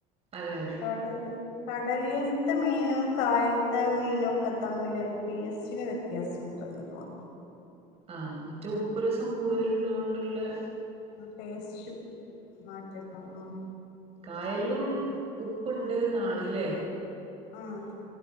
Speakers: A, on the right (about 35°); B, on the left (about 75°).
A: അതെ അതെ
B: കടല് കടലിൽത്തെ മീനും കായൽത്തെ മീനും ഒക്കെ തമ്മില് ടേസ്റ്റിന് വ്യത്യാസവുണ്ടല്ലോ എന്തുവാ
A: ആഹ് മറ്റേ ഉപ്പു രസം കൂടുതല്ള്ളോണ്ട് ള്ളെ
B: ആ ടേസ്റ്റ് മാറ്റണ്ടാവും ആഹ്
A: കായലും ഉപ്പുണ്ട് ന്നാണ്ല്ലേ
B: ഉം